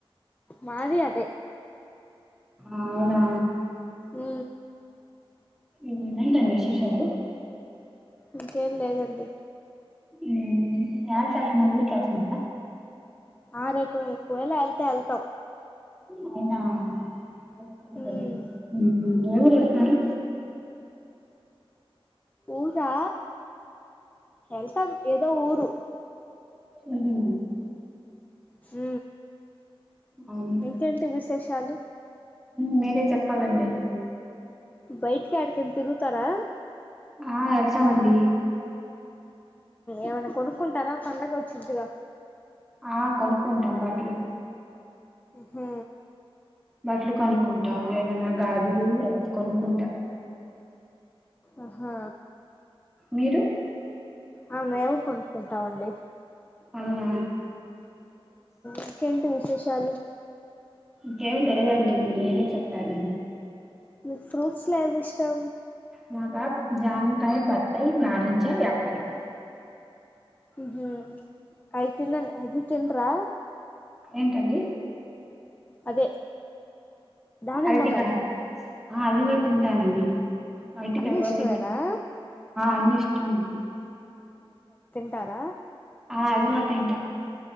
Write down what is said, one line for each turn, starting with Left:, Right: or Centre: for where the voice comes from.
Left: మాది అదే
Centre: అవునా
Left: ఉ
Centre: ఏంటి అండి విశేషాలు
Left: ఇంకేం లేదండి
Centre: ఉ యాడికి వెళ్తున్నార ఊరికి వెళ్తున్నారా
Left: ఆ రేపు ఒకవేళ వెళ్తే వెళ్తాం
Centre: అయినా ఆ
Left: ఉమ్
Centre: ఊరు ఏళ్తానారు
Left: ఊరా ఎళ్తాం ఏదో ఊరు
Centre: ఉహు
Left: హ
Centre: అవును
Left: ఇంకేంటి విశేషాలు
Centre: మీరే చెప్పాలండి
Left: బయటికి ఏడికైన తిరుతారా
Centre: ఆ ఎలతమండీ
Left: ఏమైనా కొడుక్కుంటారా పండగ వచ్చిందిగా
Centre: ఆ కొనుక్కుంటాం బట్టలు
Left: హ
Centre: బట్టల్లు కొనుక్కుంటా ఏదైనా గాజులు కొనుక్కుంటా
Left: ఆహా
Centre: మీరు
Left: ఆ మేము కొన్కుంటమండి
Centre: అవునా
Left: ఇంకేంటి విశేషాలు
Centre: ఇంకెంలే మీరే చెప్పాలి
Left: మీకు ఫ్రూట్స్ లో ఏమి ఇష్టం
Centre: మ బాబుకి దానిమకై బత్తై నారింజ యాప్లి
Left: హ్మ్ అయిత్తినన్ అది తన్రా
Centre: ఏంటండి
Left: అదే దానిమ్మకాయ
Centre: అరటికాయ ఆ అవి కూడా తింటానండి అరటికాయ్
Left: అన్ని
Centre: కుడా
Left: ఇష్టమేనా
Centre: తింటా అన్నీ ఇష్టమే నకు
Left: టారా
Centre: ఆ అది కుడా తింటా